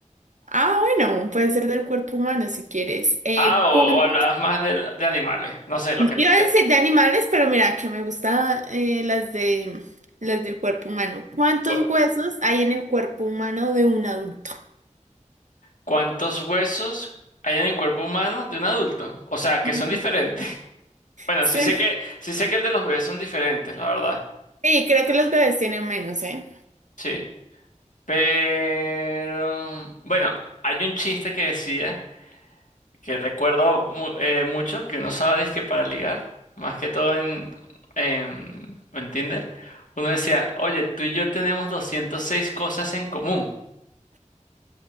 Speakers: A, on the right; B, on the left.
A: ah, bueno, puede ser del cuerpo humano si quieres. Eh,
B: Ah, o,
A: ¿cuánto?
B: o hablabas más de, de animales. No sé, lo que
A: Iba
B: tú quieras.
A: a decir de animales, pero mira, que me gustan las de las del cuerpo humano. ¿Cuántos
B: Bueno,
A: huesos hay en el cuerpo humano de un adulto? <laughs>
B: ¿cuántos huesos hay en el cuerpo humano de un adulto? O sea, que
A: Mm,
B: son diferentes. <laughs> Bueno,
A: Sí,
B: sí sé que, sí sé que el de los bebés son diferentes, la verdad.
A: sí, creo que los bebés tienen menos, ¿eh?
B: Sí. Pero bueno, hay un chiste que decía, que recuerdo mu- eh, mucho, que uno usaba disque para ligar, más que todo en, en, en Tinder. Uno decía, oye, tú y yo tenemos 206 cosas en común.